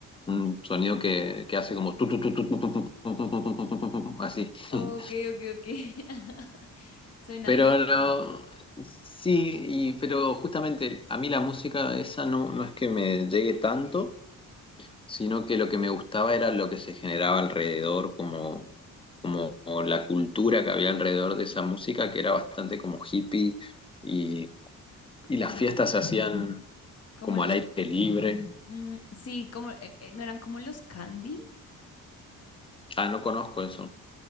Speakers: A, on the left; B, on the left.
A: un sonido que, que hace como tu, tu, tu, tu, tu, tu, tu, tu, tu, tu, tu, tu, tu, tu, tu, así.
B: Ok,
A: <laughs>
B: ok, ok. <laughs> Suena
A: Pero
B: divertido.
A: no- sí, y, pero justamente a mí la música esa no, no es que me llegue tanto. sino que lo que me gustaba era lo que se generaba alrededor, como, como la cultura que había alrededor de esa música, que era bastante como hippie, y,
B: Como
A: y las
B: los,
A: fiestas se hacían
B: como
A: como
B: los,
A: al aire libre.
B: mm, sí, como, eh, eh, no eran como los candy,
A: Ah, no conozco eso.